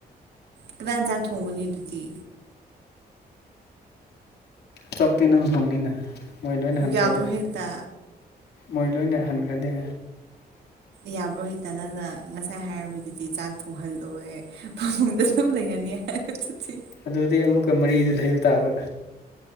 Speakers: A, on the right; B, on the left.
A: ꯀꯅꯥꯟ ꯆꯥꯛ ꯊꯣꯡꯒꯅꯤ ꯗꯨꯗꯤ
B: ꯆꯛꯇꯤ ꯅꯪ ꯊꯣꯡꯅꯤꯅ ꯃꯣꯏ ꯂꯣꯏꯅ ꯍꯟꯈ꯭ꯔꯗꯤ
A: ꯌꯥꯕ꯭ꯔꯣ ꯍꯦꯛꯇ
B: ꯃꯣꯏ ꯂꯣꯏꯅ ꯍꯟꯈ꯭ꯔꯗꯤ
A: ꯌꯥꯕ꯭ꯔꯣ ꯍꯦꯛꯇ ꯅꯪꯅ ꯉꯁꯥꯏ ꯍꯥꯏꯔꯝꯃꯤꯗꯨꯗꯤ ꯆꯥꯛ ꯊꯣꯡꯍꯜꯂꯣꯏ ꯐꯃꯨꯡꯗ ꯁꯨꯝ ꯂꯩꯍꯟꯅꯤ ꯍꯥꯏ ꯑꯇꯨꯇꯤ
B: ꯑꯗꯨꯗꯤ ꯑꯃꯨꯛꯀ ꯃꯔꯤꯗꯨ ꯂꯩꯕ ꯇꯥꯕ